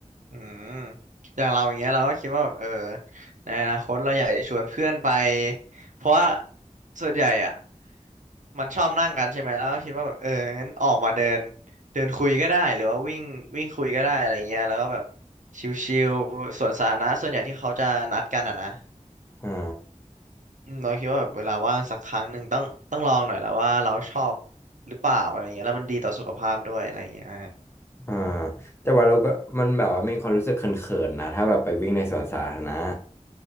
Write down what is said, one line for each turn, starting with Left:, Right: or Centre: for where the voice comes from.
Right: อืมอย่างเราอย่างเงี้ยเราก็คิดว่าแบบเออในอนาคตเราอยากจะชวนเพื่อนไปเพราะว่าส่วนใหญ่อ่ะมันชอบนั่งกันใช่ไหมแล้วก็คิดว่าแบบเอองั้นออกมาเดินเดินคุยก็ได้หรือว่าวิ่งวิ่งคุยก็ได้อะไรเงี้ยแล้วก็แบบชิลๆสวนสาธารณะส่วนใหญ่ที่เขาจะนัดกันอ่ะนะ
Left: อ่า
Right: อืมเราคิดว่าแบบเวลาว่างสักครั้งหนึ่งต้องต้องลองหน่อยแล้วว่าเราชอบหรือเปล่าอะไรเงี้ยแล้วมันดีต่อสุขภาพด้วยอะไรเงี้ย
Left: อ่าแต่ว่าเราก็มันแบบว่ามีความรู้สึกเขินๆนะถ้าแบบไปวิ่งในสวนสาธารณะ